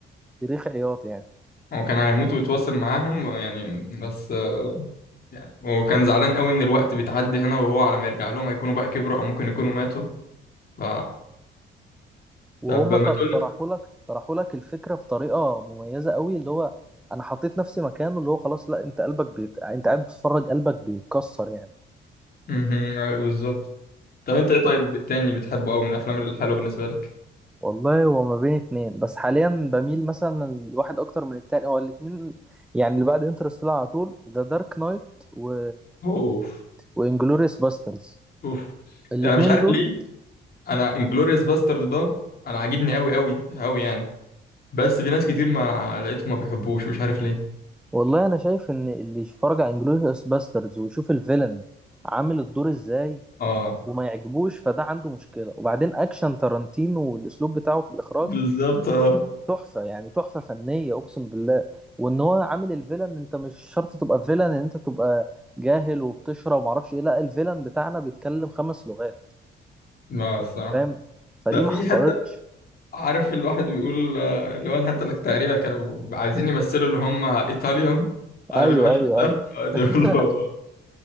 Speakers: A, in the centre; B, on the left.
A: صريخ عياط يعني
B: هو كان هيموت ويتواصل معاهم يعني بس آه، يعني وكان زعلان قوي ان الوقت بيتعدي هنا وهو على ما يرجع لهم هيكونوا بقى كبروا او ممكن يكونوا ماتوا ف
A: وهم
B: طب ما
A: ط- طرحوا
B: تقول لك
A: لك طرحوا لك الفكره بطريقه مميزه قوي اللي هو انا حطيت نفسي مكانه اللي هو خلاص لا انت قلبك بيت انت قاعد بتتفرج قلبك بيتكسر يعني
B: مهم، أيوة بالظبط طب انت ايه طيب تاني بتحبه قوي من الافلام الحلوه بالنسبه لك
A: والله هو ما بين اتنين بس حاليا بميل مثلا الواحد اكتر من التاني هو الاتنين يعني اللي بعد انترستيلر على طول ذا دارك نايت و
B: اوف
A: وانجلوريوس باسترز
B: اوف
A: الاتنين
B: يعني مش عارف
A: دول
B: ليه انا انجلوريوس باسترد ده انا عاجبني قوي قوي قوي يعني بس في ناس كتير ما لقيتهم ما بيحبوش مش عارف ليه
A: والله انا شايف ان اللي يتفرج على انجلوريوس باسترز ويشوف الفيلن عامل الدور ازاي
B: اه
A: وما يعجبوش فده عنده مشكلة وبعدين أكشن تارانتينو والأسلوب بتاعه في الإخراج
B: بالظبط اه
A: تحفة يعني تحفة فنية أقسم بالله وإن هو عامل الفيلن أنت مش شرط تبقى فيلن إن أنت تبقى جاهل وبتشرب ومعرفش إيه لا الفيلن بتاعنا بيتكلم خمس لغات
B: ما
A: أنت
B: الصراحه
A: فاهم فدي
B: ده في
A: ما حصلتش
B: حتى عارف الواحد بيقول آه، اللي هو الحتة اللي تقريبا كانوا عايزين يمثلوا اللي هم ايطاليان عارف
A: ايوه
B: المشهد
A: ايوه
B: ده
A: ايوه
B: يقعد
A: <laughs>
B: يقول له